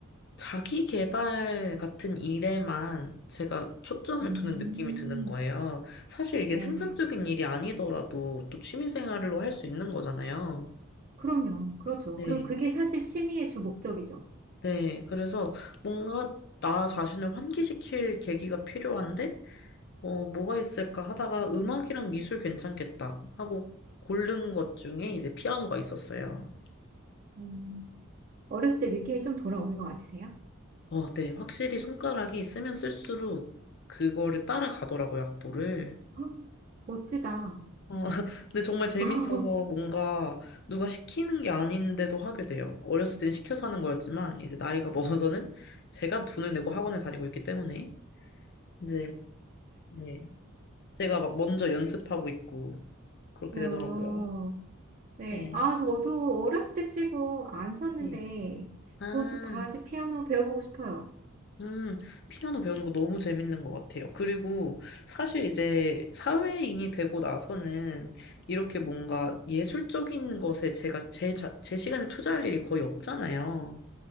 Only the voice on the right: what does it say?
음.
네네.
그럼요. 그렇죠.
그리고 그게 사실 취미의 주 목적이죠.
음, 어렸을 때 느낌이 좀 돌아오는 것 같으세요?
<gasps> 헉, 멋지다.
<laughs>
네.
어, 네.
아, 저도 어렸을 때 치고 안 쳤는데,
저도 다시 피아노 배워보고 싶어요.